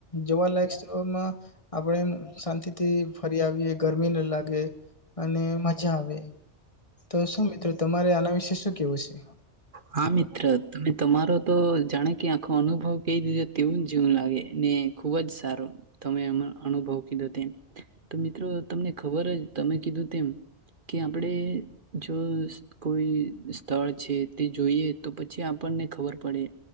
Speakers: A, on the left; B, on the right.
A: જવાલાયક સ્થળમાં આપણે શાંતિથી ફરી આવીએ ગરમી ન લાગે અને મજા આવે. તો શું મિત્રો તમારે આના વિશે વિશે શું કેશે?
B: હા મિત્ર તમે તમારો તો જાણે કે આખો અનુભવ કહી દીધો તેવું જીવન લાગે ને ખુબ જ સારો તમે એ અનુભવ કીધો તેમ તો મિત્રો તમને ખબર જ તમે કીધું તેમ કે આપણેે જો કોઈ સ્થળ છે તે જોઈએ તો પછી આપણને ખબર પડે